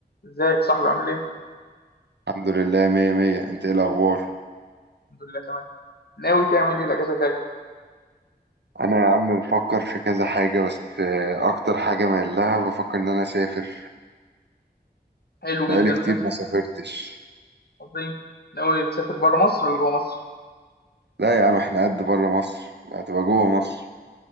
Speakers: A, on the left; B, on the right.
A: ازيك صاحبي عامل ايه؟
B: الحمد لله مية مية انت ايه الاخبار
A: الحمد لله تمام ناوي تعمل ايه الأجازة الجاية؟
B: انا يا عم بفكر في كذا حاجة بس آه، اكتر حاجة مايل لها بفكر ان انا اسافر
A: حلو
B: بقالي
A: جدا
B: كتير
A: ده
B: ما سافرتش
A: عظيم ناوي تسافر بره مصر ولا جوه مصر؟
B: لا يا عم احنا قد بره مصر هتبقى جوه مصر